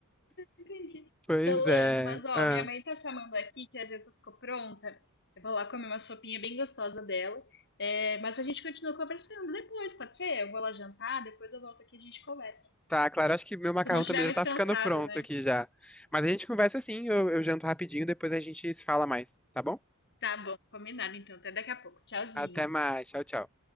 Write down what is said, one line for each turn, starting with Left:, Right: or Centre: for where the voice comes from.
Left: Entendi.
Centre: Pois
Left: Solano,
Centre: é.
Left: mas ó,
Centre: Ah,
Left: minha mãe tá chamando aqui que a janta ficou pronta. Eu vou lá comer uma sopinha bem gostosa dela. É, mas a gente continua conversando depois, pode ser? Eu vou lá jantar, depois eu volto aqui e a gente conversa. Se
Centre: tá, claro, acho que meu macarrão
Left: tu não estiver
Centre: também
Left: muito
Centre: já tá
Left: cansado,
Centre: ficando pronto
Left: né?
Centre: aqui já. Mas a gente conversa assim, eu, eu janto rapidinho, depois a gente se fala mais, tá bom?
Left: Tá bom, combinado então. Até daqui a pouco. Tchauzinho.
Centre: Até mais, tchau, tchau.